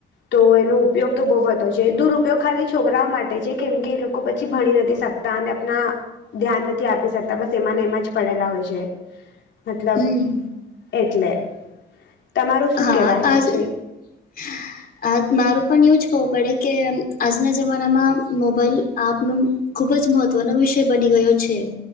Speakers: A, on the left (about 65°); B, on the left (about 45°).
A: તો એનો ઉપયોગ તો બો બધો છે. દુરુપયોગ ખાલી છોકરાઓ માટે છે કેમ કે એ લોકો પછી ભણી નથી શક તા ને આપના ધ્યાન નથી આપી શકતા બસ એમાંને એમાં જ પડેલા હોય છે. મતલબ
B: હમ
A: એટલે તમારું શું
B: હા
A: કહેવાય છે?
B: <unintelligible> આજ મારું પણ એવું જ કવું પડે કે આજના જમાનામાં મોબાઈલ આપનું ખુબ જ મહત્વનો વિષય બની ગયો છે